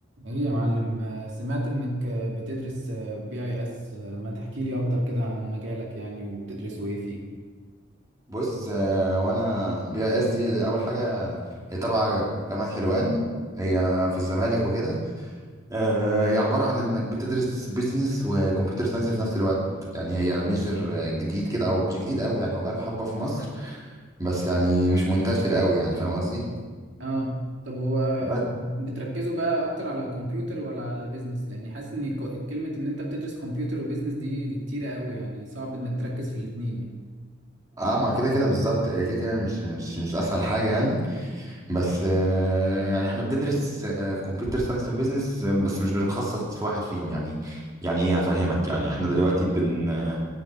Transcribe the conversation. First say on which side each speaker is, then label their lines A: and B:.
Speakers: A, on the right (about 60°); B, on the right (about 15°).
A: ايه يا معلم آه، سمعت انك آه، بتدرس بي اي اس ما تحكي لي اكتر كده عن مجالك يعني وبتدرسوا ايه فيه
B: بص آه، وانا بي اي اس دي اول حاجه هي تبع جامعه حلوان هي في الزمالك وكده آه، هي عباره عن انك بتدرس بيزنس وكمبيوتر ساينس في نفس الوقت يعني هي ميجر جديد كده او مش جديد قوي يعني هو بقاله حبه في مصر بس يعني مش منتشر قوي يعني فاهم قصدي
A: اه طب هو
B: بس
A: بتركزوا بقى اكتر على كمبيوتر ولا على بيزنس لاني حاسس ان ك- كلمة ان انت بتدرس كمبيوتر وبيزنس دي دي كتيرة قوي يعني صعب انك تركز في الاتنين يعني
B: اه ما كده كده بالظبط هي كده كده مش مش مش اسهل حاجه يعني بس آه، يعني احنا بندرس كمبيوتر ساينس وبزنس بس مش بنتخصص في واحد فيهم يعني يعني ايه هفهمك يعني احنا دلوقتي بن آه،